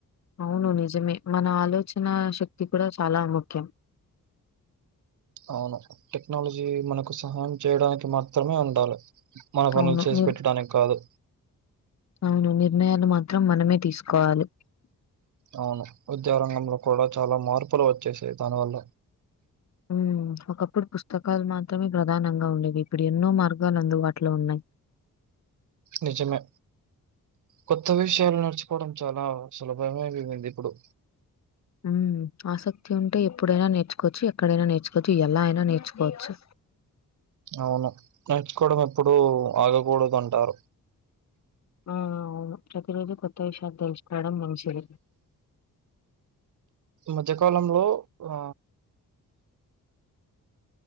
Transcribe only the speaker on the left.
అవును నిజమే మన ఆలోచనా శక్తి కూడా చాలా ముఖ్యం.
అవును.
నిర్
అవును నిర్ణయాలు మాత్రం మనమే తీస్కోవాలి.
హ్మ్ ఒకప్పుడు పుస్తకాలు మాత్రమే ప్రధానంగ ఉండేవి ఇప్పుడు ఎన్నో మార్గాలు అందుబాటులో ఉన్నాయి
హ్మ్ ఆసక్తి ఉంటే ఎప్పుడైన నేర్చుకోచ్చు ఎక్కడైన నేర్చుకోచ్చు ఎలా అయిన నేర్చుకోచ్చు
ఆ అవును ప్రతిరోజు కొత్త విషయాలు తెలుసుకోడం మంచిది